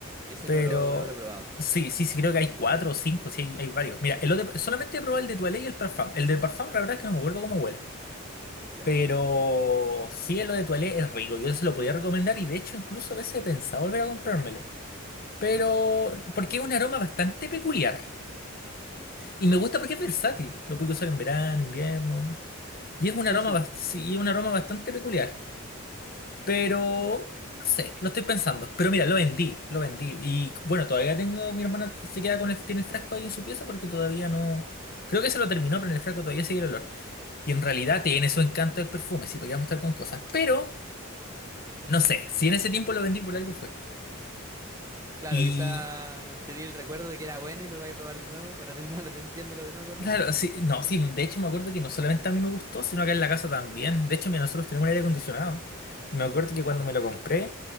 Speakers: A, on the right (about 15°); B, on the left (about 45°).
A: Ese
B: Pero
A: no lo, no lo he probado.
B: sí, sí, sí, creo que hay cuatro o cinco, sí, hay, hay varios. Mira, el otro, solamente he probado el de Toilé y el Parfum. El de Parfum, la verdad es que no me acuerdo cómo huele.
A: Ya.
B: Pero sí, el de Toilé es rico, yo se lo podía recomendar y de hecho incluso a veces he pensado volver a comprármelo. Pero porque es un aroma bastante peculiar. Y me gusta porque es versátil. Lo puedo usar en verano, invierno. Y es un
A: Sí,
B: aroma,
A: sí.
B: bas- sí, un aroma bastante peculiar. Pero no sé, lo estoy pensando. Pero mira, lo vendí, lo vendí. Y bueno, todavía tengo, mi hermana se queda con el, tiene el frasco ahí en su pieza porque todavía no. Creo que se lo terminó, pero en el frasco todavía sigue el olor. Y en realidad tiene su encanto el perfume, sí, porque vamos a estar con cosas. Pero, no sé, si en ese tiempo lo vendí por algo fue.
A: Claro,
B: Y,
A: quizá tenía el recuerdo de que era bueno y lo vaya a probar de nuevo para terminar <laughs> dependiéndolo de nuevo a tu hermano.
B: Claro, sí, no, sí, de hecho me acuerdo que no solamente a mí me gustó, sino acá en la casa también. De hecho, mira, nosotros tenemos un aire acondicionado. Me acuerdo que cuando me lo compré,